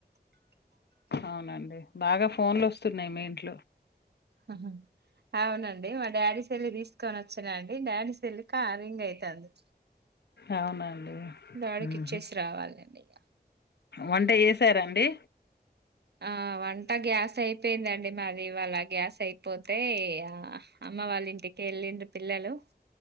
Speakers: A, on the left; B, on the right.
A: అవునండి బాగా ఫోన్లొస్తున్నయి మీ ఇంట్లో
B: హహ అవునండి మా డాడీ సెల్ దిస్ కొని ఒచ్చినాండి డాడీ సెల్ల్ కా రింగ్ అయితాంది
A: అవునండి
B: డాడికిచ్చేసి
A: ఊహు
B: రావాలండి ఇగ
A: వంట చేసారండి
B: ఆ వంట గ్యాస్ అయిపోయిందండి మాదివాళ గ్యాస్ అయిపోతే ఆ అమ్మ వాళ్ళ ఇంటికి ఎళ్ళండ్రు పిల్లలు